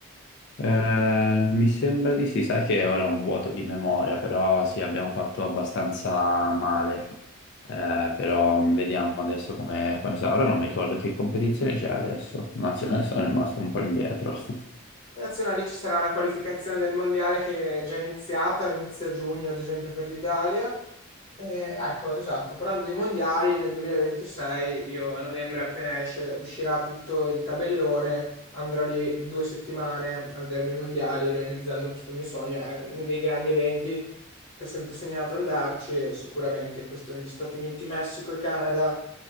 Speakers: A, on the left; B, on the left.
A: Eh, mi sembra di sì, sai che ora ho un vuoto di memoria, però sì, abbiamo fatto abbastanza male. Eh, però vediamo adesso come, come sarà. Ora non mi ricordo che competizione c'è adesso. Nazionale <laughs> sono rimasto un po' indietro. <laughs>
B: Le Nazionali ci sarà la qualificazione del mondiale che è già iniziata, inizia a giugno ad esempio per l'Italia. E, ecco, esatto, parlando dei mondiali, nel 2026 io a novembre appena esce, uscirà tutto il tabellone, andrò lì due settimane a vedermi i mondiali realizzando questo mio sogno. È uno dei grandi eventi che ho sempre sognato andarci e sicuramente questo negli Stati Uniti, Messico e Canada